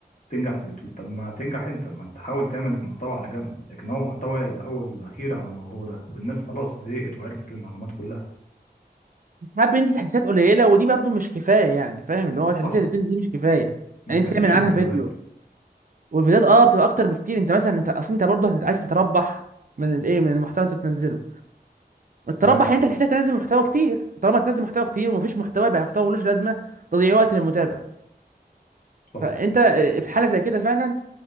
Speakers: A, on the left; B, on the right.
A: تنجح في اليوتيوب طب ما تنجح انت ما انت حاول تعمل محتوى على جنب لكن هو محتوى الاول والاخير على الموضوع ده والناس خلاص زهقت وعرفت المعلومات كلها
B: ساعات بينزل تحديثات قليله ودي برضو مش كفايه يعني فاهم اللي هو التحديثات
A: صح
B: اللي بتنزل دي مش كفايه
A: ما
B: يعني
A: تكفيش
B: انت تعمل عنها
A: الفيديوهات
B: فيديو والفيديوهات اه بتبقى اكتر بكتير انت مثلا انت اصل انت برضو هت- عايز تتربح من الايه من المحتوى اللي انت بتنزله تربح
A: تمام
B: انت هتحتاج تنزل محتوى كتير طالما تنزل محتوى كتير ومفيش محتوى يبقى محتوى ملوش لازمه تضييع وقت للمتابع
A: صح
B: فانت اه، في حاله زي كده فعلا